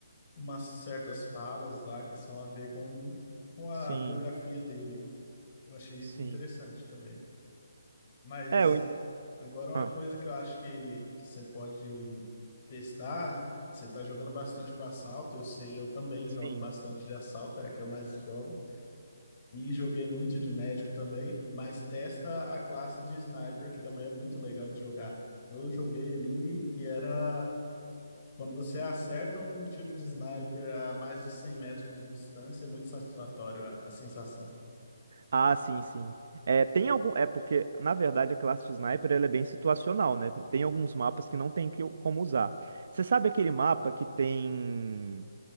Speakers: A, on the left (about 30°); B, on the right (about 50°).
A: umas certas falas lá que são a ver com, com a
B: Sim,
A: biografia dele. Eu achei isso
B: sim.
A: interessante também. Mas
B: É, eu...
A: agora uma
B: ah,
A: coisa que eu acho que, que você pode testar, você tá jogando bastante com assalto, eu sei, eu também
B: sim.
A: jogo bastante de assalto, é a que eu mais jogo. E joguei muito de médico também, mas testa a classe de sniper, que também é muito legal de jogar. Eu joguei ali e era. Quando você acerta um tiro de sniper a mais de 100 metros de distância, é muito satisfatório a, a sensação.
B: Ah, sim, sim. É, tem algum. É porque, na verdade, a classe de sniper ela é bem situacional, né? Tem alguns mapas que não tem que, como usar. Você sabe aquele mapa que tem.